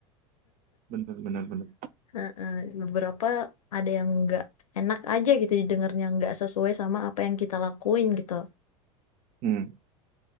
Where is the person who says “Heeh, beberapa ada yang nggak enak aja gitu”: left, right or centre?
Left